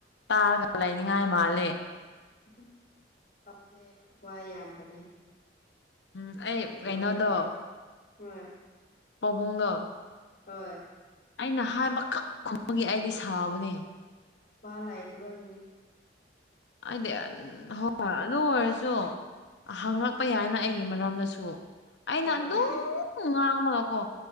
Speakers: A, on the left; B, on the left.
A: ꯇꯥꯔꯒ ꯂꯩꯅꯤꯡꯉꯥꯏ ꯃꯥꯂꯦ
B: ꯎ ꯋꯥꯏꯍꯦ ꯋꯥ ꯌꯥꯝꯕꯅꯦ <unintelligible>
A: ꯎꯝ ꯑꯩ
B: ꯑꯩꯉꯣꯟꯗꯗꯤ
A: ꯀꯩꯅꯣꯗꯣ
B: ꯍꯣꯏ
A: ꯄꯥꯕꯨꯡꯗꯣ
B: ꯍꯣꯏ <unintelligible>
A: ꯑꯩꯅ ꯍꯥꯏꯕ ꯈꯛ ꯈꯨꯝꯕꯒꯤ ꯑꯩꯗꯤ ꯁꯥꯎꯕꯅꯦ
B: ꯄ ꯂꯩꯇꯕꯒꯤꯅꯤ
A: ꯑꯩꯗꯤ ꯑꯟ ꯍꯣ <unintelligible> ꯑꯗꯨ ꯑꯣꯏꯔꯁꯨ ꯍꯪꯪꯂꯛꯄ ꯌꯥꯏꯅ ꯑꯩꯒꯤ ꯃꯔꯝꯗꯁꯨ ꯑꯩꯅ
B: ꯍꯣꯏ
A: ꯑꯗꯨꯝ ꯉꯥꯡꯕꯒꯀꯣ